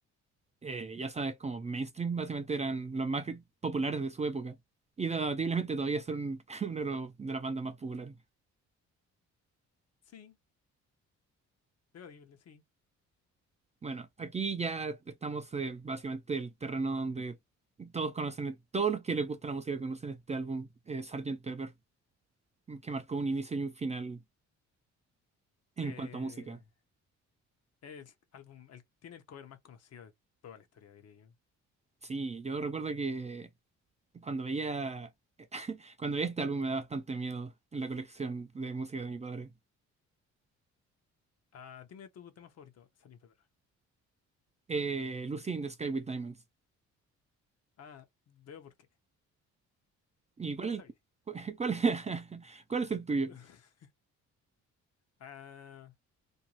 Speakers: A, on the right (about 25°); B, on the left (about 55°).
A: eh, ya sabes, como mainstream, básicamente eran los más populares de su época. Y debatiblemente todavía son <laughs> uno de los- de las bandas más populares.
B: Sí, debatible, sí.
A: Bueno, aquí ya estamos eh, básicamente en el terreno donde todos conocen, e, todos los que les gusta la música conocen este álbum, eh, Sgt. Pepper, que marcó un inicio y un final en
B: Eh,
A: cuanto a música.
B: el álbum, el, tiene el cover más conocido de toda la historia, diría yo.
A: Sí, yo recuerdo que cuando veía, cuando veía este álbum me da bastante miedo en la colección de música de mi padre.
B: Ah, dime tu tema favorito, Salim Pepper.
A: Eh, Lucy in the Sky with Diamonds.
B: Ah, veo por qué.
A: ¿Y
B: Tú,
A: cuál
B: tú
A: es,
B: sabías.
A: el- cu- <laughs> cuál, <laughs> cuál es el tuyo?
B: <laughs> Ah,